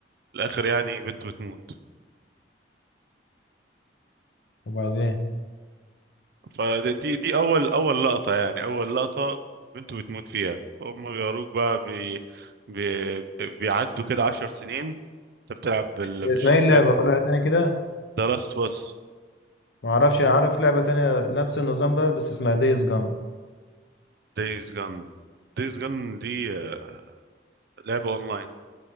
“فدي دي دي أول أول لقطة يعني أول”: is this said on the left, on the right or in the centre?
Right